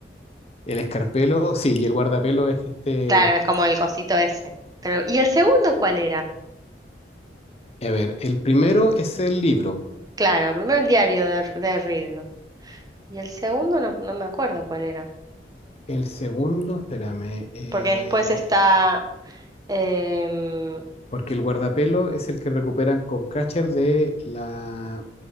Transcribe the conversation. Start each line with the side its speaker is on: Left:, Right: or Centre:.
Left: El escarpelo, sí, y el guardapelo es este.
Right: Claro, es como el cosito ese. Pero, ¿y el segundo cuál era?
Left: A ver, el primero es el libro.
Right: Claro, primero el diario de, de Riddick. Y el segundo no, no me acuerdo cuál era.
Left: El segundo, espérame, eh,
Right: Porque después está... em,
Left: porque el guardapelo es el que recuperan con Cratcher de la